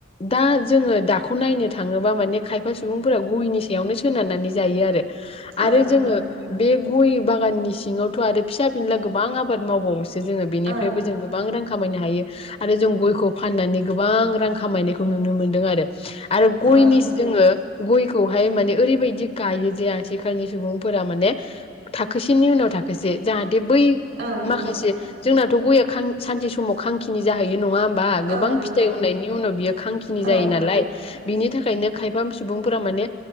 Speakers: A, on the left (about 30°); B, on the right (about 70°).
A: दा जोङो दखौ नायनो थाङोबा माने खायफा सुबुंफोरा गयनि बेयावनो सोनारनानै जायो आरो आरो
B: औ नंगौ
A: जोङो बे ग'य बागाननि सिङावथ आरो फिसा फिला गोबां आबाद मावबावो सो जोङो बेनिफ्रायबो
B: औ
A: जों गोबां रां खामायनो हायो आरो जों गयखौ फाननानै गोबां रां खामायनायखौ नुनो मोनदों आरो आरो गयनि
B: औ
A: जोङो गयखौ हाय माने ओरैबायदि गायो जे आथिखालनि सुबुंफोरा माने थाखोसेनि उनाव थाखोसे जाहा थे बै
B: औ नंगौ
A: माखासे जोंनाथ गया‌ खां सानसे समाव खांखिनि जाहै यो नङा होमबा
B: औ
A: गोबां
B: नंगौ
A: फिथाइ उनायनि उनाव बियो खांखिनि
B: औ
A: जायो नालाय बिनि थाखायनो खायफा सुबुंफोरा माने